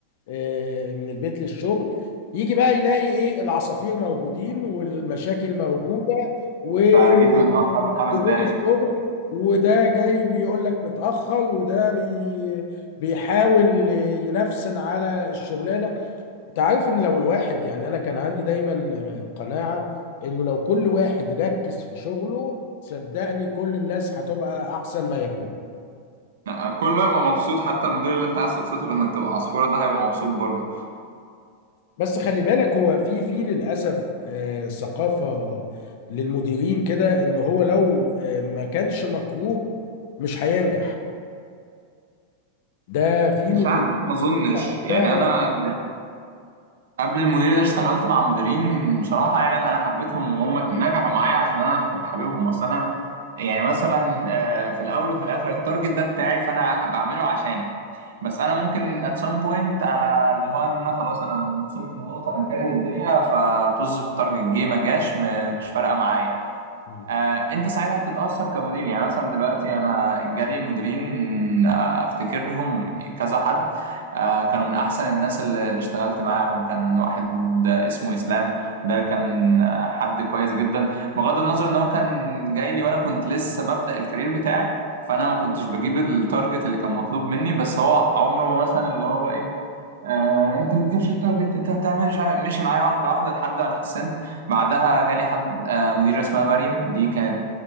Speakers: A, on the left; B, on the right.
A: آه، من البيت للشغل يجي بقى يلاقي ايه العصافير موجودين والمشاكل موجودة وضغوط
B: فجيت متاخر خمس دقايق
A: الشغل وده جاي بيقول لك متأخر وده بي بيحاول ينفسن على الشغلانة انت عارف ان لو الواحد يعني انا كان عندي دايما قناعة انه لو كل واحد ركز في شغله صدقني كل الناس هتبقى احسن ما يكون
B: <laughs> كله هيبقى مبسوط حتى المدير اللي انت عايز تبسطه بانك تبقى عصفوره ده هيبقى مبسوط برضه
A: بس خلي بالك هو في في للاسف آه، ثقافه للمديرين كده ان هو لو آه، ما كانش مكروه مش هينجح ده في
B: مش
A: مديرين
B: عارف ما اظنش يعني
A: ده
B: انا قبل المدير ده اشتغلت مع مديرين بصراحه يعني انا حبيتهم وهم نجحوا معايا عشان انا كنت حاببهم اصل انا يعني مثلا آه، في الاول وفي الاخر التارجت ده بتاعي فانا بعمله عشاني بس انا ممكن at some point آه، اللي هو ان انا خلاص انا وصلت للنقطه انا كاره الدنيا فطز في التارجت جه ما جاش م- مش فارقه معايا
A: مم.
B: آه، انت ساعتها بتتأثر كمدير يعني مثلا دلوقتي انا جالي مديرين آه، افتكرهم كذا حد آه، كانوا من احسن الناس اللي اللي اشتغلت معاهم كان واحد آه، اسمه اسلام ده كان آه، حد كويس جدا بغض النظر ان هو كان جاي لي وانا كنت لسه ببدأ الكارير بتاعي فانا ما كنتش بجيب التارجت اللي كان مطلوب مني بس هو عمره ما مثلا اللي هو ايه آه، انت ما بتجيبش التارجت انت بتعملش ماشي معايا واحده واحده لحد ما اتحسنت بعدها جالي حد آه، مديره اسمها مريم دي كانت